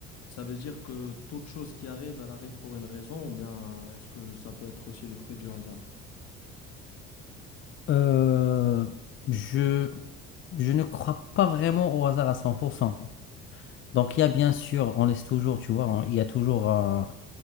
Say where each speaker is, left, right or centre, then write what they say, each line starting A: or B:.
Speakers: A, on the left; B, on the left.
A: ça veut dire que toute chose qui arrive, elle arrive pour une raison ou bien est-ce que ça peut être aussi le fruit du hasard?
B: Euh, je, je ne crois pas vraiment au hasard à cent pour cent Donc il y a bien sûr, on laisse toujours, tu vois, on- il y a toujours un,